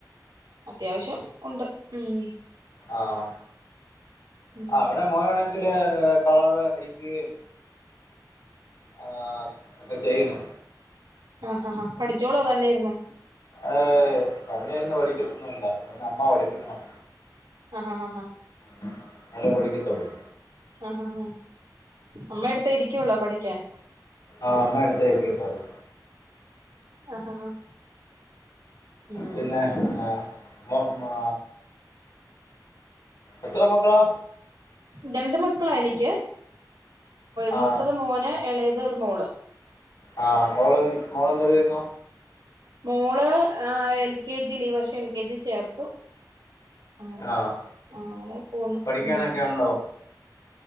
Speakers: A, on the right (about 80°); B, on the left (about 65°).
A: അത്യാവശ്യം ഉണ്ട് ഉം.
B: ആഹ
A: ഉം
B: ആ അവിടെ മോനണെങ്കില് കളർ അടിക്കുകയും ആ ഒക്കെ ചെയ്യുന്നു.
A: ആഹ ആ ആാ പഠിച്ചോളോ തന്നെയിരുന്ന്?
B: ഏ തന്നേന്ന് പഠിക്കത്തൊന്നല്ല അന്വനെ അമ്മ പഠിപ്പിക്കണം.
A: ആ ഹാ ആ ആ
B: ന്നലെ പഠിക്കത്തോള്ളൂ.
A: ആ ഹ ഹ അമ്മയോടുത്ത് ഇരിക്കുവുള്ളോ പഠിക്കാൻ?
B: ആഹ് അമ്മമടെ അടുത്താ ഇരിക്കത്തള്ളൂ.
A: ആഹ് ആഹ് ഉം
B: പിന്നെ ആ മാ എത്ര മക്കളാ?
A: രണ്ട് മക്കളാ എനിക്ക്
B: ആ
A: മൂത്തത് മോന് ഇളയത് ഒരു മോള്. <inaudible>
B: ആഹ് മോള് എ മോള് എന്ത്യ്യുന്നു?
A: മോള് ആഹ് എൽ കെ ജിൽ ഈ വർഷം എൽ കെ ജി ചേർത്തു. ആ
B: ആഹ്
A: ആഹാ അങ്ങനെ പോന്ന്
B: പഠിക്കാനൊക്കെ
A: ഉമ്
B: ഉണ്ടോ